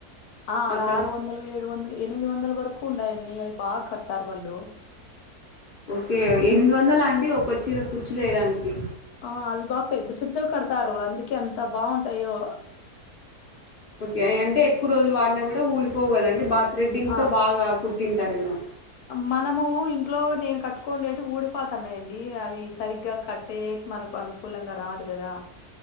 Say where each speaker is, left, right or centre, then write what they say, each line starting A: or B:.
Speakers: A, on the left; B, on the left.
A: ఆ ఆడ
B: అక్కడ
A: ఆరు వందలు ఏడు వందలు ఎనిమిది వందల వరకు ఉండాయండి అవి బాగా కడతారు వాళ్ళు
B: ఒకే ఎనిమిది వందలా అండి ఒక చీర కూచ్చులేయడానికి
A: ఆ అవి బాగా పెద్ద పెద్దగ కడతారు అందుకే అంత బాగుంటాయో
B: ఓకే అయ్యంటే ఎక్కువ రోజులు వాడినా కూడా ఊడిపోవు కదండి బాగా థ్రెడింగ్
A: ఆ
B: తో బాగా కుట్టింటారేమో
A: మనము ఇంట్లో నేను కట్టుకోండేటివి ఊడిపాత న్నాయండి అవి సరిగ్గా కట్ టేకి మనకు అనుకూలంగా రాదు కదా